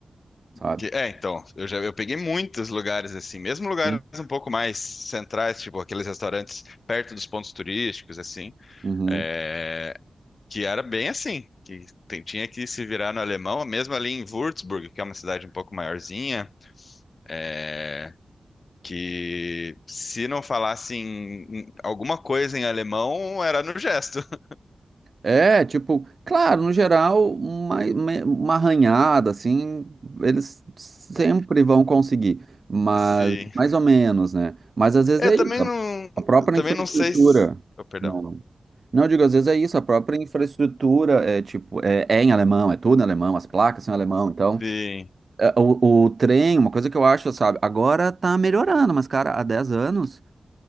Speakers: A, on the right; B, on the left.
A: sabe?
B: Que- É, então, eu já eu peguei muitos lugares assim, mesmo lugares
A: Sim.
B: um pouco mais centrais, tipo aqueles restaurantes perto dos pontos turísticos, assim,
A: Uhum.
B: é, que era bem assim, que tem- tinha que se virar no alemão, mesmo ali em Würzburg, que é uma cidade um pouco maiorzinha, é, que se não falasse em- em alguma coisa em alemão, era no gesto. <laughs>
A: É, tipo, claro, no geral, uma, uma arranhada, assim, eles sempre vão conseguir, mas
B: Sim.
A: mais ou menos, né? Mas às vezes
B: Eu
A: é
B: também
A: isso, a
B: não,
A: a própria
B: eu também
A: infraestrutura.
B: não sei se... Oh, perdão.
A: Não, não. Não, eu digo, às vezes é isso, a própria infraestrutura é tipo, é, é em alemão, é tudo em alemão, as placas são em alemão, então,
B: Sim.
A: é, o, o trem, uma coisa que eu acho, sabe, agora tá melhorando, mas, cara, há 10 anos.